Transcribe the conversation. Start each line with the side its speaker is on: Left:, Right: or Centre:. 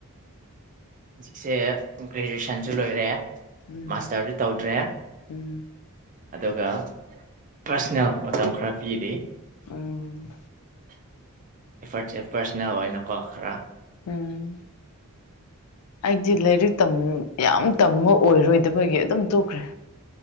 Right: ꯍꯧꯖꯤꯛꯁꯦ ꯒ꯭ꯔꯦꯖꯨꯑꯦꯁꯟꯁꯨ ꯂꯣꯏꯔꯦ
Left: ꯎꯝ
Right: ꯃꯥꯁꯇꯔꯗꯨ ꯇꯧꯗ꯭ꯔꯦ
Left: ꯎꯝ
Right: ꯑꯗꯨꯒ ꯄ꯭ꯔꯁꯅꯦꯜ ꯃꯇꯝ ꯈꯔ ꯄꯤꯔꯤ
Left: ꯎꯝ
Right: ꯑꯦꯐꯔꯠꯁꯦ ꯄꯥꯔꯁꯣꯅꯦꯜ ꯑꯣꯏꯅꯀꯣ ꯈꯔ
Left: ꯎꯝ ꯑꯩꯗꯤ ꯂꯩꯔꯤ ꯇꯝ ꯌꯥꯝ ꯇꯝ ꯑꯣꯏꯔꯣꯏꯗꯕꯒꯤ ꯑꯗꯨꯝ ꯇꯣꯛꯈ꯭ꯔꯦ